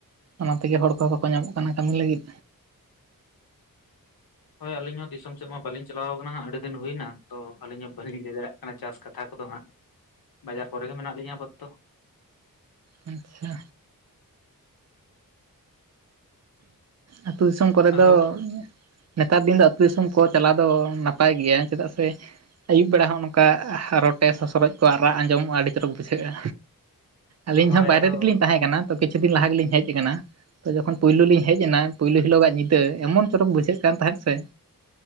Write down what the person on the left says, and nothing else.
ᱦᱳᱭ ᱟᱹᱞᱤᱧ ᱦᱚᱸ ᱫᱤᱥᱚᱢ ᱥᱮᱫ ᱢᱟ ᱵᱟᱹᱞᱤᱧ ᱪᱟᱞᱟᱣ ᱠᱟᱱᱟ ᱦᱟᱸᱜ ᱟᱹᱰᱤ ᱫᱤᱱ ᱦᱩᱭᱱᱟ᱾ ᱛᱚ ᱟᱹᱞᱤᱧ ᱦᱚᱸ ᱵᱟᱹᱞᱤᱧ ᱞᱟᱹᱭ ᱫᱟᱲᱮᱭᱟᱜ ᱠᱟᱱᱟ ᱪᱟᱥ ᱠᱟᱛᱷᱟ ᱠᱚᱫᱚ ᱦᱟᱸᱜ ᱵᱟᱡᱟᱨ ᱠᱚᱨᱮ ᱜᱮ ᱢᱮᱱᱟᱜ ᱞᱤᱧᱟᱹ ᱟᱯᱟᱛᱚᱛᱚ᱾
ᱟᱫᱚ
<inaudible>
ᱟᱫᱚ